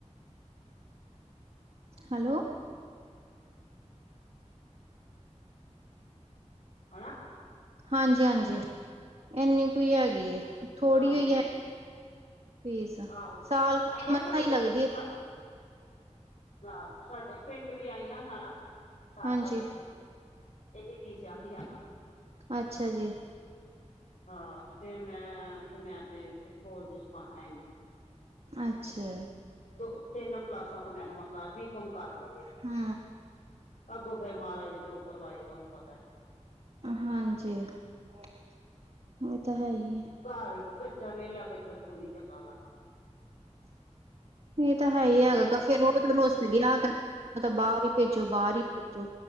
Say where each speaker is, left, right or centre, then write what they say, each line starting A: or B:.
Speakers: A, on the right (about 55°); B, on the left (about 75°).
A: ਹੈਲੋ,
B: ਹੰਨਾ।
A: ਹਾਂਜੀ- ਹਾਂਜੀ। ਇੰਨੀ ਕੁ ਹੀ ਹੈਗੀ, ਥੋੜ੍ਹੀ
B: ਆਹੋ
A: ਹੋਈ ਹੈਗੀ ਫੀਸ
B: ਆਹੋ
A: ਸਾਲ ਵਿੱਚ
B: ਆਈਆਂ ਸਾਡੇ ਤੇ
A: ਲੱਗਦੀ ਹੈ।
B: ਸਾ- ਹਾਂ, ਸਾਡੇ ਪਿੰਡ ਵੀ ਆਈਆਂ ਸਨ ਘਰ
A: ਹਾਂਜੀ
B: ਸਾਡੇ। ਇੰਨੇ ਫੀਸ ਆਉਂਦੀ ਆ।
A: ਅੱਛਾ ਜੀ।
B: ਹਾਂ, ਤੇ ਫੇਰ ਮੈਂ ਆਖਿਆ ਮੈਂ ਤੇ ਇਹ ਕੋਲਜ ਚ ਪਾਉਣਾ ਇਹਨੂੰ।
A: ਅੱਛਾ
B: ਦੋ ਤਿੰਨ ਕਲਾਸਾਂ ਕੋ ਮੈਂਵ ਕਰ ਵੀ ਕੁਮ ਕਰ ਲਵੇ <unintelligible>
A: ਹੂੰ
B: ਅੱਗੋਂ ਫੇਰ ਮਹਾਰਾਜ ਜੋ ਕਰਵਾਏਗਾ ਉਹਨੂੰ ਪਤਾ।
A: ਹਾਂਜੀ ਇਹ ਤਾਂ ਹੈ ਹੀ। ਹੈ
B: ਘਰ ਵੀ ਬੱਚਾ ਵੇਲਾ ਬੈਠਾ ਵੀ ਕੋਨੀ ਚੰਗਾ ਲੱਗਦਾ।
A: ਇਹ ਤਾਂ ਹੈ ਹੀ
B: ਹੁਣ
A: ਹੈਗਾਾ ਫੇਰ ਉਹਲੁਸ
B: ਹੋਰ
A: ਗਿਆ ਕਿੰ <unintelligible> <inaudible> ਮਤਾ ਬਾਹਰ ਹੀ ਭੇਜੋ, ਬਾਹਰ ਹੀ ਭੇਜੋ